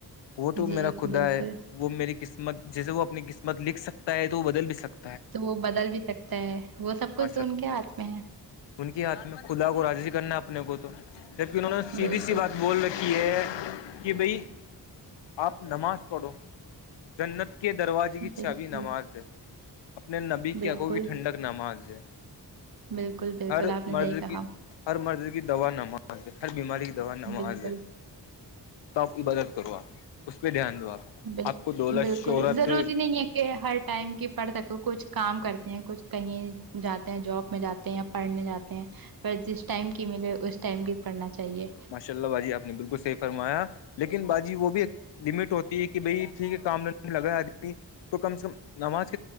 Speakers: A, on the left; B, on the right.
A: وہ تو
B: جی
A: میرا خدا
B: بالکل
A: ہے وہ میری قسمت جیسے وہ اپنی قسمت لکھ سکتا ہے تو وہ بدل بھی سکت
B: تو وہ بدل بھی سکتا ہے وہ سب کچھ
A: ماشاء
B: تو ان کے ہاتھ میں ہے
A: ان کے ہاتھ میں خدا کو راضی کرنا اپنے کو تو جبکہ انہوں نے سیدھی
B: بالکل
A: سی بات بول رہ کھی ہے کہ بھائی آپ نماز پڑھو جنت کے دروازے کی
B: بالکل
A: چابی نماز ہے اپنے نبی
B: بالکل
A: کی اکھوں کی ٹھنڈک نماز ہے
B: بالکل بالکل
A: ہر
B: آپ نے
A: مرض
B: صحیح کہا
A: کی ہر مرض کی دوا نماز ہے ہر بیماری کی دوا نماز
B: بالکل
A: ہے تو آپ کی عبادت کرو آپ اس پہ دھیان دو آپ
B: بال
A: آپ کو دولت
B: بالکل
A: شہرت
B: ضروری نہیں ہے یہ ہر ٹائم کی پڑھ سکوں کچھ کام کرتے ہیں کچھ کہیں جاتے ہیں جوب میں جاتے ہیں یا پڑھنے جاتے ہیں پر جس ٹائم کی ملے اس ٹائم کی پڑھنا چاہیے
A: ماشا اللہ باجی آپ نے بالکل صحی فرایا لیکن باجی وہ بھی ایک علمی ہوتی ہے کہ بھائی ٹھیک ہے کامنے لگا آدمی تو کم سے کم نماز تو <unintelligible>